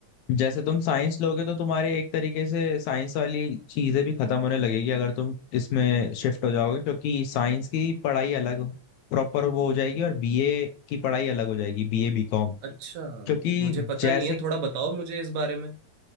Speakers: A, on the left; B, on the right.
A: जैसे तुम साइंस लोगे तो तुम्हारी एक तरीके से साइंस वाली चीजें भी खत्म होने लगेगी अगर तुम इसमें शिफ्ट हो जाओगे क्योंकि साइंस की पढ़ाई अलग प्रॉपर वो हो जाएगी और बीए की पढ़ाई अलग हो जाएगी बीए बीकॉम
B: अच्छा
A: क्योंकि
B: मुझे पता
A: जैसे
B: नहीं है थोड़ा बताओ मुझे इस बारे में